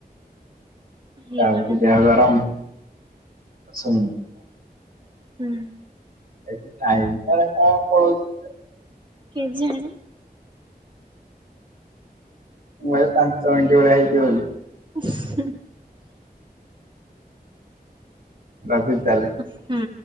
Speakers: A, on the right; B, on the right.
A: ହେଇଗଲା
B: ତାକୁ ଯାହା ଗରମ୍ ସମ।
A: ହୁଁ।
B: ଏଠୁ ଟାଇମ୍ କାଳେ କଁ ପଳଉଚି।
A: କେଜାଣି।
B: ମୁଁ ଭାବେ ପାଞ୍ଚ ମିନିଣ୍ଟି ଭଳିଆ ହେଇଥିବ ବୋଲି।
A: <inaudible>
B: ରଖୁଛି ତାହେଲେ।
A: ହୁଁ।